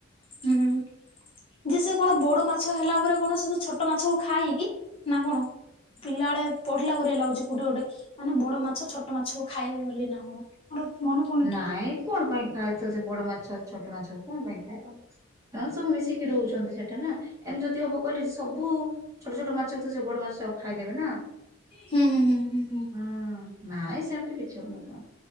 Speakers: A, on the left; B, on the right.
A: ହୁଁ-ହୁଁ-ହୁଁ। ଯେ ସେ କଣ ବଡ ମା ମାଛ ହେଲା ପରେ କଣ ସେ ଯୋଉ ଛୋଟ ମାଛକୁ ଖାଏ କି, ନା କଣ? ପିଲା ବେଳେ ପଢିଲା ପରିକା ଲାଗୁଛି କୋଉଠି ଗୋଟେ। ମାନେ ବଡ ମାଛ, ଛୋଟ ମାଛକୁ ଖାଇବ ବୋଲି ନା କଣ? ଆମର ମନେପଡୁନି
B: ନାଇଁ କଣ ପାଇଁ ଖାଏ ତ, ସେ ବଡ ମାଛ ଛୋଟ ମାଛ କଣ ପାଇଁ ଖାଇବା? ଆଉ ସବୁ ମିଶିକି ରହୁଛନ୍ତି ସେଠେ ନା। ଏନ୍ତି ଯଦି ହବ କହିଲେ, ସବୁ ଛୋଟ ଛୋଟ ମାଛକୁ ତ ସେ ବଡ ମାଛ ସବୁ ଖାଇଦେବେ ନା।
A: ହୁଁ ହୁଁ ହୁଁ ହୁଁ ହୁଁ।
B: ହଁ ନାଇଁ ସେମତି କିଛି ହଉନଥିବ।